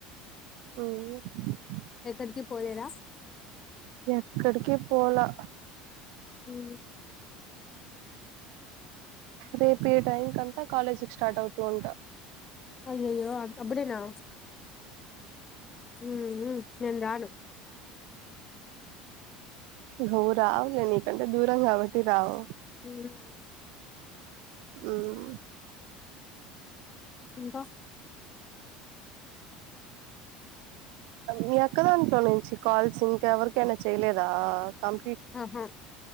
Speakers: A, on the right; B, on the left.
A: హ్మ్
B: ఎక్కడికి పోలేదా
A: ఎక్కడికి పోలా
B: హ్మ్
A: రేపు ఈ టైం కి అంతా కాలేజ్కి స్టార్ట్ అవుతూ ఉంట
B: అయ్యయ్యో అప్పుడేనా హ్మ్ మ్మ్ నేను రాను
A: నువ్వు రావులే నీకంటే దూరం కాబట్టి రావు
B: ఉమ్.
A: హ్మ్
B: ఇంకా
A: మీ అక్క దాంట్లో నుంచి కాల్స్ ఇంకెవరికయినా చేయలేదా కం
B: ఆహా